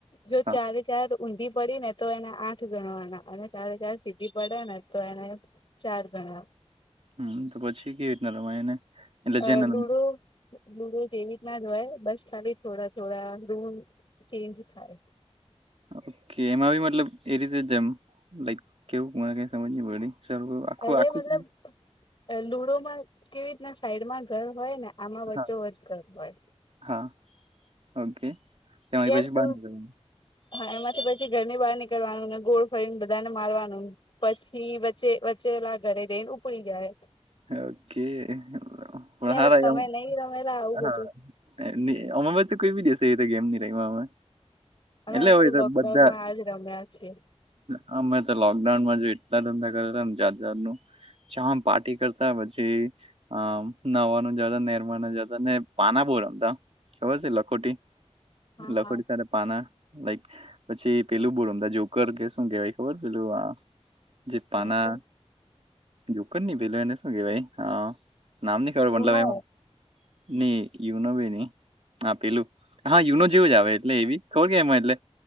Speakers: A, on the left; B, on the right.
A: જો
B: હા
A: ચારે ચાર ઊંધી પડી ને તો એને આઠ ગણવાના અને ચારે ચાર સીધી પડે ને તો એને ચાર ગણવાના હ
B: હમ તો પછી કેવી રીતના રમાય એને એટલે
A: અ
B: જેને રમ
A: લુડો લુડો જેવી રીતના જ હોય બસ ખાલી થોડા થોડા રૂમ ચેન્જ થાય
B: ઓકે એમાં બી મતલબ એ રીતે જેમ લાઈક કેવું મને કઈ સમજ પડી ચ આખું
A: અરે
B: આખું.
A: મતલબ લુડોમાં કેવી રીતના સાઈડમાં ઘર હોય ને આમાં વચ્ચો
B: હા
A: વચ ઘર હોય.
B: હા ઓકે કેય
A: યાર
B: પછી
A: તું
B: બંધ.
A: હા એમાંથી પછી ઘરની બહાર નીકળવાનુંને ગોળ ફરીને બધા ને મારવાનું પછી વચ્ચે. વચેલા ઘરે દઈ ઉપડી જાય.
B: ઓકે હ વહારા
A: યાર તમે
B: જાઉં.
A: નહી રમેલા આવું
B: હા
A: બધું
B: અમાચ કોઈ બી દશે એ તો ગેમ નહી રમે.
A: અમે
B: એટલે
A: આખું
B: હોય તો
A: લોકડાઉનમાં
B: બધા
A: આજ રમ્યા છીએ
B: હ મે તો લોકડાઉન માં એટલા ધંધા કરયા હતા જાત જાત નું ચા પાર્ટી કરતા પછી અ નવાનું જતા નેરવાનું જતા ને પાના બો રમતા. ખબર છે લખોટી
A: હા
B: લખોટી
A: હા
B: સાથે પાના. લાઈક પછી પેલું બો રમતા જોકર કે શું કેવાય ખબર પેલું હા. જે પાના
A: ઓકે
B: નુકર નની પેલો એને શું કેહેવાય હ. નામ નઈ ખબર મતલબ
A: ઉનો
B: એમાં નઈ યુનો ભી નઈ. હા પેલું હા યુનો જેવું જ આવે એટલે એવી ખબર કે એમાં એટલે